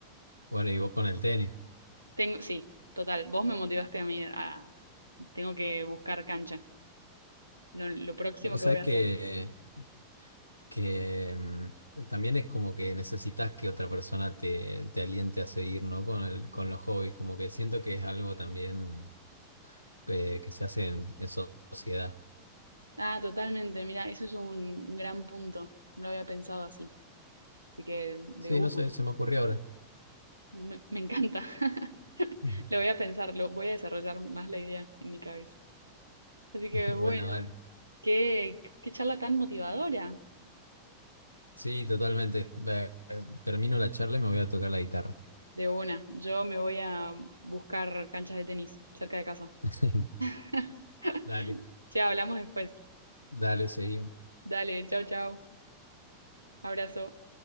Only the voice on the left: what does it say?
bueno, y vos con el tenis.
O
sea
que,
que mm, también es como que necesitas que otra persona te, te aliente a seguir, ¿no? Con el, con los hobbies, como que siento que es algo también que, que se hace en, en so- sociedad.
Sí,
no sé, se me ocurrió ahora.
Mm.
<laughs> Bueno,
dale.
Sí, totalmente. Ve- eh, Termino la charla y me voy a tocar la guitarra.
<laughs>
Dale,
dale, seguimos.